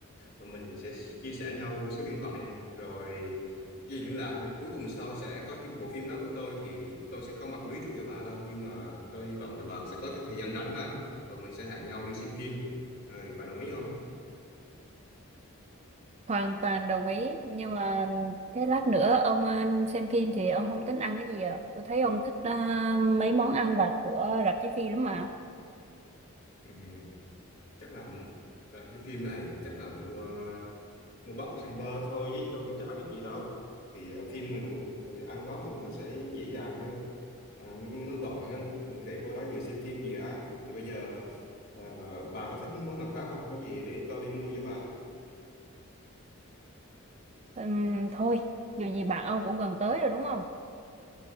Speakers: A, on the left (about 45°); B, on the right (about 30°).
A: mình sẽ chia sẻ nhau cái số điện thoại này rồi gì liên lạc rồi cuối tuần sau sẽ có cái bộ phim đó của tôi thì tôi sẽ không bật mí trước cho bà đâu nhưng mà tôi hy vọng là bà sẽ có cái thời gian rảnh thôi rồi mình sẽ hẹn nhau đi xem phim rồi bà đồng ý không
B: hoàn toàn đồng ý nhưng mà thế lát nữa ông à, xem phim thì ông không tính ăn cái gì à tôi thấy ông thích à, mấy món ăn vặt của rạp chiếu phim lắm mà
A: ừ, chắc là là cái phim này thì chắc là mua mua bắp thằng bơ thôi chứ tôi cũng chả biết gì đâu thì ở phim là nụ người ăn đó thì nó sẽ dễ dàng hơn à, nó gọn hơn mình có thể vô đó vừa xem phim vừa ăn thì bây giờ ờ, bà có thích món nào khác không có gì để tôi đi mua cho bà
B: Ừm, thôi dù gì bạn ông cũng gần tới rồi đúng không